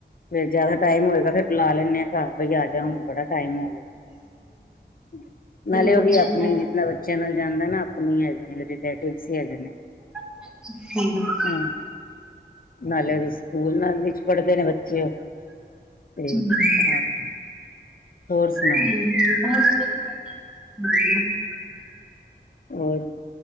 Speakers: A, on the left (about 50°); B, in the centre.
A: ਫੇਰ ਜਿਆਦਾ ਟਾਈਮ ਹੋਏਗਾ ਫ਼ਿਰ ਬੁਲਾ ਲੈ ਆਾ ਘਰ ਬਾਈ ਆ ਜਾ ਹੁਣ। ਬੜਾ ਟਾਈਮ ਹੋ ਗਿਆ। ਨਾਲੇ
B: ਬੱਚਿਆਂ
A: ਉਹ ਵੀ ਆਪਣੇ
B: ਦਾ
A: ਜਿਨਾ ਬੱਚੇ ਚਨਲ ਜਾਂਦਾ ਨਾ ਆਪਣੀ ਹੈਗੇ ਨੇ ਰਿਲੇਟਿਵਸ ਹੀ ਹੈਗੇ ਨੇ।
B: <unintelligible>
A: ਹਾਂ ਨਾਲੇ ਸਕੂਲ ਨਾਲ ਵਿਚ ਪੜ੍ਹਦੇ ਨੇ ਬੱਚੇ ਓ- ਤੇ <unintelligible>
B: ਵਧੀਆ
A: ਹੋਰ ਸੁਣਾਓ
B: <inaudible>
A: ਹੋਰ?